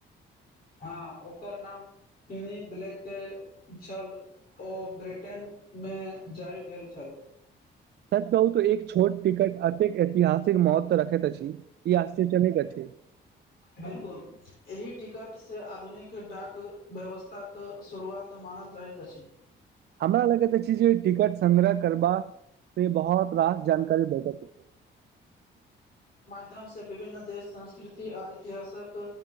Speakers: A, on the left (about 50°); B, on the right (about 60°).
A: हँ ओकर नाम पिनी बलेके छल ओ ब्रिटेनमे जारी भेल छल।
B: सच कहू तऽ एक छोट टिकट अतेक ऐतिहासिक महत्व रखैत अछि ई आश्चर्यनेक अछि
A: बिलकुल एहि टिकट से आधुनिक डाक व्यवस्था को शुरुआत मान मनाल जाइत अछि
B: हमरा लगैत अछि जे टिकट संग्रह करबा से बहुत रास जानकारी भेटत
A: माध्यमसँ विभिन्न देश संस्कृति आ इतिहासक